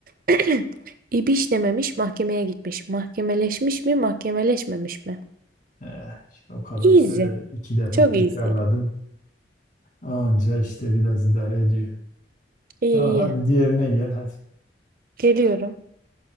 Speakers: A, on the right; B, on the left.
A: <clears throat> İbişlememiş mahkemeye gitmiş. Mahkemeleşmiş mi mahkemeleşmemiş mi?
B: Eh, işte o kadar
A: Easy.
B: söyledim. İki defa
A: Çok
B: tekrarladım.
A: easy.
B: Anca işte biraz idare ediyor.
A: İyi
B: Tamam hadi
A: iyi.
B: diğerine gel hadi.
A: Geliyorum.